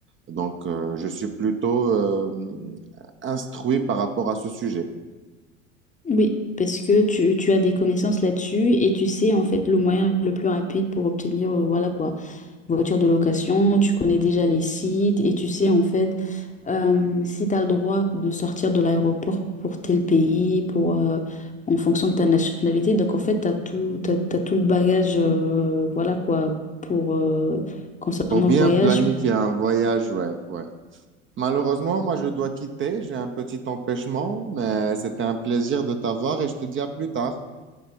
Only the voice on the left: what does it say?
oui, parce que tu, tu as des connaissances là-dessus et tu sais en fait le moyen le plus rapide pour obtenir, euh, voilà quoi, voiture de location, tu connais déjà les sites et tu sais en fait euh, si tu as le droit de sortir de l'aéroport pour tel pays, pour, euh, en fonction de ta nationalité. Donc en fait, tu as tout, t'as- t'as tout le bagage, euh, voilà quoi, pour, euh, concernant
le voyage.